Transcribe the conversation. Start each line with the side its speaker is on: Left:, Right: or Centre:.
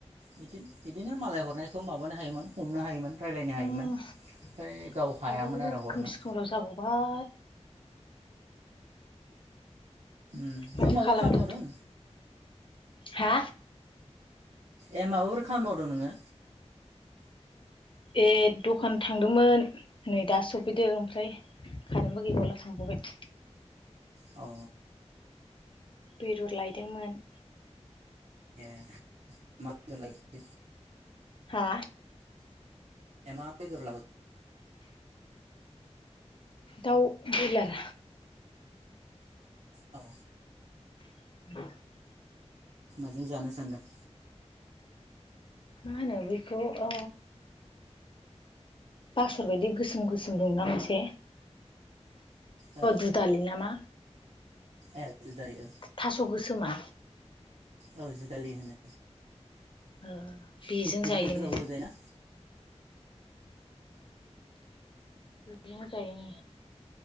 Right: बिदि बिदिनो मालाय हरनायखौ माबानो हायोमोन हमनो हायोमोन रायलायनो हायोमोन
Left: उम माबाफोरा
Right: ओमफ्राय गाव हायामोन आरो हरनो
Left: खोमसि खोमल' जाबावबाय
Right: उम
Left: माथो
Right: नों माबा
Left: खालामनो
Right: खामानि मावदों?
Left: हा
Right: ए माबाफोर खामानि मावदों नोङो?
Left: ए दखान थांदोंमोन नै दा सफैदो ओमफ्राय कारेेनटबो गैबावला थांबावो <unintelligible>
Right: औ
Left: बेदर लायदोंमोन
Right: ए मा बेदर लायखो
Left: हा
Right: ए मा बेदर लाबो
Left: दाउ ब्रयलार
Right: औ
Left: <unintelligible>
Right: माजों जानो सानदों
Left: मा होनो बैखौ ओ बासर बायदि गोसोम गोसोम दंना मोनसे
Right: ओ
Left: दुदालि ना मा
Right: ए दुदालि ओ
Left: थास' गोसोमा
Right: औ दुदालि होनो
Left: ओ बेजों
Right: गिदिर
Left: जायोनो
Right: गिदिर गोलाव गोलाव जायोना
Left: बेनो जायनो